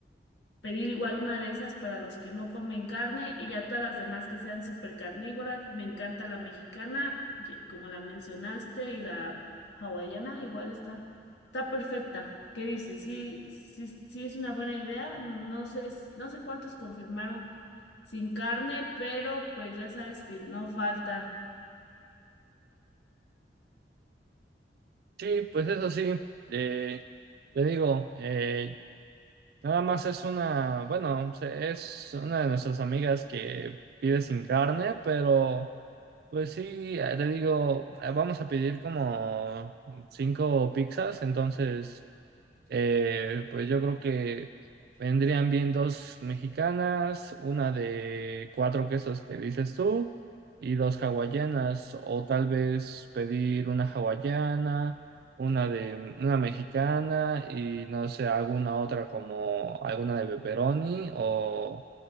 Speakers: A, on the left; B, on the right.
A: pedir igual una de esas para los que no comen carne y ya todas las demás que sean súper carnívoras. Me encanta la mexicana, y- como la mencionaste, y la hawaiana, igual está, está perfecta. ¿Qué dices? Sí, sí, sí es una buena idea. No sé, s- no sé cuántos confirmaron sin carne, pero pues ya sabes que no falta.
B: Sí, pues eso sí, eh, le digo, eh, nada más es una, bueno, se- es una de nuestras amigas que pide sin carne, pero pues sí, eh, le digo, eh, vamos a pedir como cinco pizzas, entonces eh, pues yo creo que vendrían bien dos mexicanas, una de cuatro quesos que dices tú y dos hawaianas, o tal vez pedir una hawaiana, una de una mexicana y no sé, alguna otra como alguna de pepperoni o,